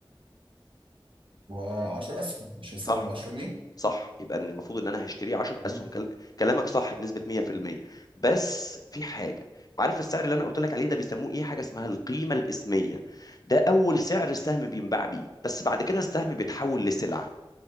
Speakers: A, on the right (about 70°); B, on the left (about 45°).
A: و10 اسهم مش السهم
B: صح
A: ب 10 جنيه
B: صح يبقى إن المفروض ان انا هشتريه 10
A: جميل.
B: اسهم كل... كلامك صح بنسبه 100% بس في حاجه عارف السعر اللي انا قلت لك عليه ده بيسموه ايه حاجه اسمها القيمه الاسميه ده اول سعر السهم بينباع بيه بس بعد كده السهم بيتحول لسلعه